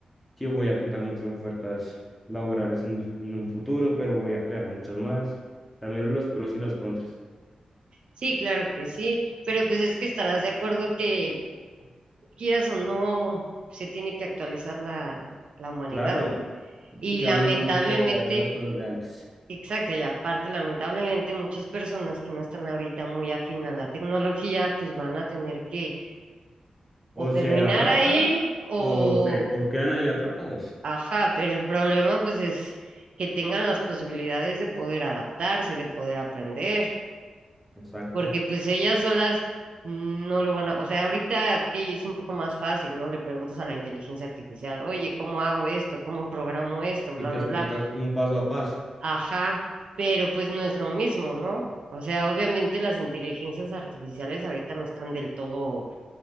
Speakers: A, in the centre; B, on the right.
A: si voy a quitar muchas ofertas laborales en, en un futuro, pero voy a crear muchas más. También los pros y los contras.
B: Sí, claro que sí. Pero pues es que estarás de acuerdo que quieras o no, se tiene que actualizar la, la humanidad.
A: Claro,
B: Y
A: si ya
B: lamentablemente,
A: uno no se puede quedar en las cosas de antes.
B: exacto, y aparte, lamentablemente muchas personas que no están ahorita muy afín a la tecnología, pues van a tener que
A: O
B: o terminar
A: se adaptan
B: ahí o
A: o se o quedan ahí atrapados.
B: Ajá, pero el problema pues es que tengan las posibilidades de poder adaptarse, de poder aprender,
A: Exacto.
B: porque pues ellas solas no lo van a, o sea, ahorita que es un poco más fácil, ¿no? Le preguntas a la inteligencia artificial, oye, ¿cómo hago esto? ¿Cómo programo esto? Bla,
A: Y te
B: bla,
A: explica
B: bla.
A: un paso a paso,
B: Ajá, pero pues no es lo mismo, ¿no? O sea, obviamente las inteligencias artificiales ahorita no están del todo